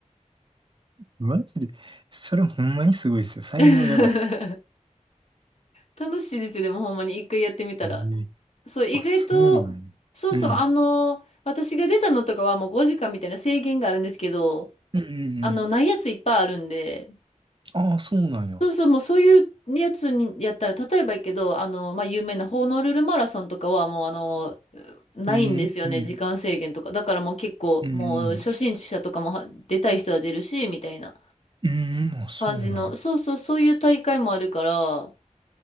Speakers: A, on the right; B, on the left.
A: マジで、それほんまにすごいですよ。才能やばい。
B: <laughs> 楽しいですよでもほんまに一回やってみたら
A: えー
B: そう意外とそうそうあの私が出たのとかはもう5時間みたいな制限があるんですけど
A: あ、そうなんや。うん。うんうん
B: あの、ないやついっぱいあるんで、
A: うん。ああ、そうなんや。
B: そうそう、もうそういうやつにやったら、例えばやけど、あの、まあ、有名なホノルルマラソンとかはもうあの、ないんですよね、
A: うん、うん、
B: 時間制限とか。だからもう結構、
A: うん、
B: もう初心者とかもは出たい人は出るし、
A: う
B: みたいな
A: ん、うんあ、そうなんや。
B: 感じの、そうそう、そういう大会もあるから、